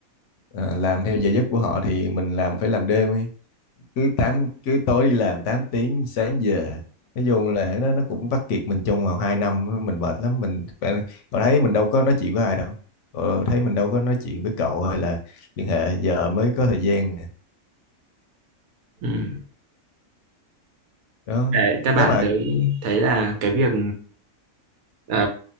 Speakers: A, on the left; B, on the right.
A: Ờ, làm theo giờ giấc của họ thì mình làm phải làm đêm ấy cứ tám cứ tối đi làm 8 tiếng sáng về nói chung là cái đó nó cũng vắt kiệt mình trong vòng hai năm mình mệt lắm mình bạn- cậu thấy mình đâu có nói chuyện với ai đâu cậu thấy mình đâu có nói chuyện với cậu hay là liên hệ giờ mới có thời gian nè
B: ừ.
A: đó
B: cái căn
A: nếu
B: bản
A: mà
B: tới thấy là cái việc ờ,